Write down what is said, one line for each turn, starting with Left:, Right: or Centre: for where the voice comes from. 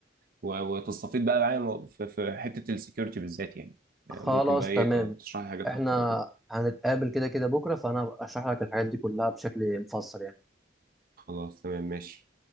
Right: و... وتستفيد بقى معايا في في حته السكيورتي بالذات يعني
Centre: خلاص
Right: آه، ممكن بقى ايه
Centre: تمام
Right: تشرح لي حاجات
Centre: احنا
Right: اكتر وكده
Centre: هنتقابل كده كده بكره فانا هبقى اشرح لك الحاجات دي كلها بشكل مفصل يعني
Right: خلاص تمام ماشي